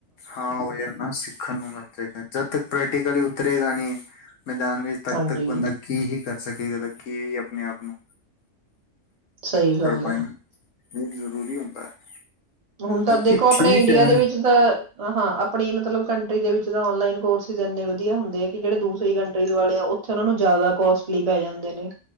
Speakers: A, on the left (about 75°); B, on the right (about 30°).
A: ਹਾਂ ਉਹ ਯਾਰ ਨਾ ਸਿੱਖਣ ਨੂੰ ਮਿਲ ਜਾਏਗਾ ਜਦ ਤੱਕ ਪ੍ਰੈਕਟੀਕਲੀ ਉਤਰੇਗਾ ਨਹੀਂੀ ਮੈਦਾਨ ਵਿੱਚ ਤੱਕ
B: ਹਾਂਜੀ
A: ਤੱਕ ਬੰਦਾ ਕੀ ਹੀ ਕਰਦਾ ਸਕੇਗਾ ਤਾਂ ਕੀ ਵੀ ਆਪਣੇ ਆਪ ਨੂੰ
B: ਸਹੀ ਗੱਲ
A: ਕਰ ਪਾਏ
B: ਆ
A: ਜ਼ਰੂਰੀ ਹੁੰਦਾ ਹੈ
B: ਹੁਣ ਤਾਂ
A: ਬਾਕੀ
B: ਦੇਖੋ ਆਪਣੇ
A: ਠੀਕ
B: ਇੰਡੀਆ
A: ਹੈ
B: ਦੇ ਵਿੱਚ ਤਾਂ ਹ ਹਾਂ ਆਪਣੀ ਮਤਲਬ ਕੰਟਰੀ ਦੇ ਵਿੱਚ ਆਨਲਾਈਨ ਕੋਰਸਿਸ ਇਨੇ ਵਧੀਆ ਹੁੰਦੇ ਆ ਕਿ ਜਿਹੜੇ ਦੂਸਰੀ ਕੰਟਰੀ ਵਾਲੇ ਆ ਉੱਥੇ ਉਹ ਨੂੰ ਜ਼ਿਆਦਾ ਕੋਸਟਲੀ ਪੈ ਜਾਂਦੇ ਨੇ